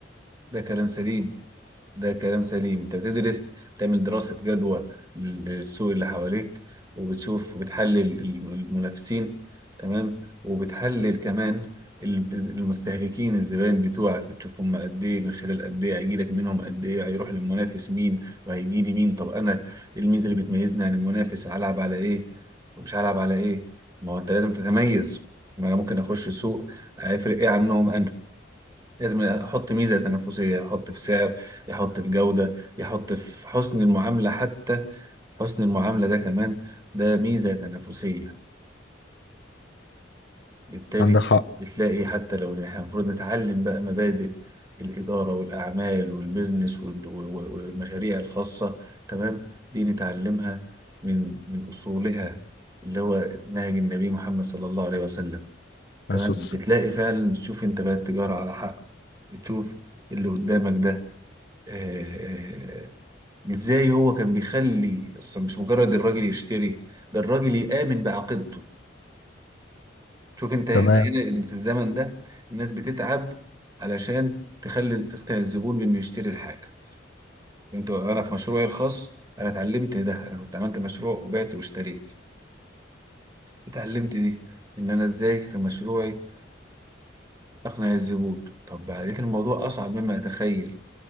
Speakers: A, on the right; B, on the left.
A: ده كلام سليم ده كلام سليم انت بتدرس بتعمل دراسة جدوى للسوق اللي حواليك وبتشوف وبتحلل الم- المنافسين تمام وبتحلل كمان ال- المستهلكين الزبائن بتوعك بتشوف هم قد ايه من خلال قد ايه هيجيلك منهم قد ايه هيروح للمنافس مين وهيجي لي مين طب انا الميزة اللي بتميزني عن المنافس هلعب على ايه ومش هلعب على ايه ما هو انت لازم تتميز ما انا ممكن اخش سوق هيفرق ايه عنهم انا لازم احط ميزه تنافسيه احط في سعر يحط في جوده يحط في حسن المعامله حتى حسن المعامله ده كمان ده ميزه تنافسيه بالتالي
B: عندك حق
A: بتلاقي حتى لو إن احنا المفروض نتعلم بقى مبادئ الاداره والاعمال والبيزنس وال- و- و- والمشاريع الخاصه تمام دي نتعلمها من من اصولها اللي هو نهج النبي محمد صلى الله عليه وسلم تمام
B: بس بس-
A: بتلاقي فعلا بتشوف انت بقى التجاره على حق بتشوف اللي قدامك ده آه، ازاي هو كان بيخلي اصلا مش مجرد الراجل يشتري ده الراجل يآمن بعقيدته شوف انت احنا
B: تمام
A: هنا إن في الزمن ده الناس بتتعب علشان تخلي تقنع الزبون بانه يشتري الحاجه وانت انا في مشروعي الخاص انا اتعلمت ده انا كنت عملت مشروع وبعت واشتريت اتعلمت دي ان انا ازاي في مشروعي اقنع الزبون طب لقيت الموضوع اصعب مما اتخيل